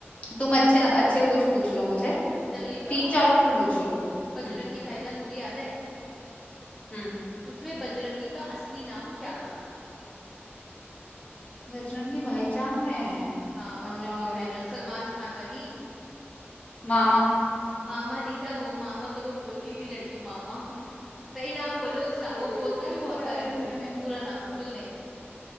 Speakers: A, on the left; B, in the centre.
A: तुम अच्छे अच्छे कुछ पूछ लो मुझे
B: चलो ये बताओ
A: तीन चार पूछ लो
B: बजरंगी
A: हम्म
B: भाईजान मूवी याद है
A: हम्म
B: उसमें बजरंगी का असली नाम क्या था
A: बजरंगी भाईजान में
B: हाँ
A: आ,
B: बजरंगी भाईजान
A: रुक जा
B: सलमान खान वाली
A: मामा
B: मामा नहीं था वो मामा तो वो बोलती थी लड़की मामा <laughs> सही नाम बोलो
A: <laughs>
B: उसका वो बोलता भी बहुत
A: अ,
B: बार है मूवी में पूरा नाम फुल नेम